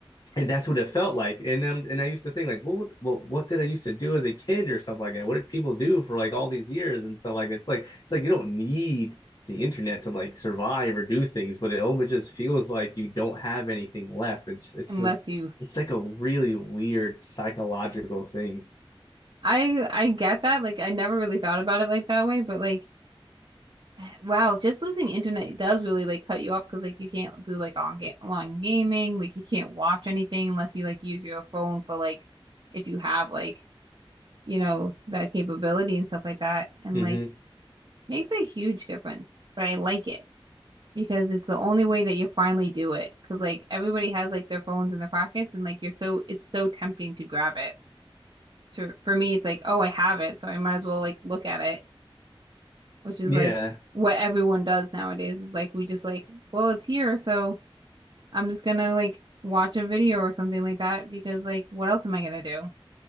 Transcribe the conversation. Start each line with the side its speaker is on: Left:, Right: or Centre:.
Left: and that's what it felt like. And then, and I used to think like, well, what, well, what did I used to do as a kid or something like that? What did people do for like all these years and stuff like that? It's like it's like you don't need the internet to like survive or do things, but it almost just feels like you don't have anything left. It's it's
Right: unless
Left: just
Right: you.
Left: it's like a really weird psychological thing.
Right: I I get that. Like I never really thought about it like that way, but like <sighs> wow, just losing internet does really like cut you off because like you can't do like on ga online gaming. Like you can't watch anything unless you like use your phone for like if you have like you know that capability and stuff like that. And
Left: Mm-hmm.
Right: like makes a huge difference. But I like it. because it's the only way that you'll finally do it. Because like everybody has like their phones in their pockets, and like you're so it's so tempting to grab it. To for me, it's like oh I have it, so I might as well like look at it, which is
Left: Yeah.
Right: like what everyone does nowadays. Is like we just like well it's here, so I'm just gonna like watch a video or something like that because like what else am I gonna do?